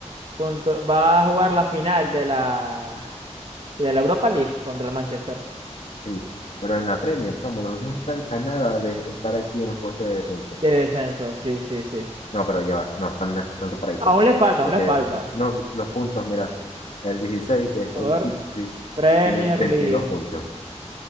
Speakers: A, on the right; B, on the left.
A: junto- va a jugar la final de la, de la Europa League contra el Manchester.
B: Sí, pero en la Premier, chamo, los dos están a nada de estar aquí en los puestos de descenso.
A: De descenso, sí, sí, sí.
B: No, pero ya va, no, están, están separaditos.
A: Aún le falta, aún
B: Porque
A: le falta.
B: el- no, los puntos, mira, el 16 que es
A: A
B: el
A: ver,
B: Ipswich,
A: Premier
B: tiene 22
A: League.
B: puntos.